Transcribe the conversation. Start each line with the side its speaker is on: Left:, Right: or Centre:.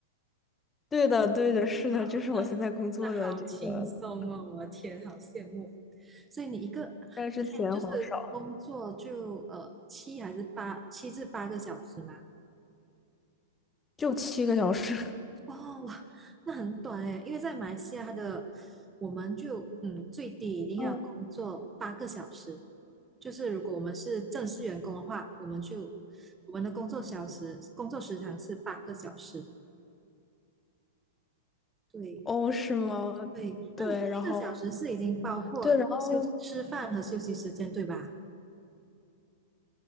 Left: 对的，对的，是的，
Right: 啊，
Left: 这是我现在工作的这个，
Right: 那好轻松哦，我的天，好羡慕。所以你一个一天就是工作就呃七还是八七至八个小时吗？
Left: 但是钱好少，就七个小时。<laughs>
Right: 哦，哇，那很短哎，因为在马来西亚它的我们就嗯最低一定要工作八个小时，
Left: 嗯，
Right: 就是如果我们是正式员工的话，我们就我们的工作小时工作时长是八个小时。对
Left: 哦，是吗？
Right: 对，
Left: 对，
Right: 那你七个小时是已经包括呃休吃饭和休息时间，
Left: 然后对，然后
Right: 对吧？